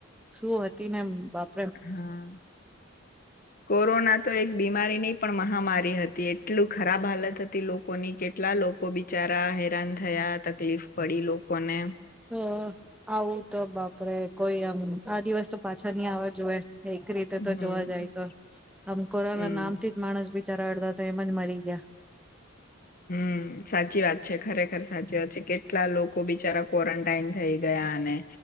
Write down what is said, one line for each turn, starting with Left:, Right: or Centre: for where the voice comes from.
Centre: શું હતી ને એમ બાપ
Left: હા કોરોના તો એક બીમારી નહી પણ માં માહામારી હતી એટલું ખરાબ હાલત હતી લોકોની કેટલા લોકો બિચારા હેરાન થયા તકલીફ પડી લોકોને.
Centre: તો આવું તો બાપરે. કોઈ આમ આ દિવસ તો પાછા નહી આવા જોએ. એક રીતે
Left: હમ
Centre: તો જોવા જાય તો આમ કોરાના
Left: હમ
Centre: નામ થી જ માણસ બી ચરડ અડધા તો એમજ મરી ગયા.
Left: હમ્મ, સાચી વાત છે. ખરેખર સાચી વાત છે. કેટલા લોકો બિચારા ક્વોરનટાઈન થઈ ગયા અને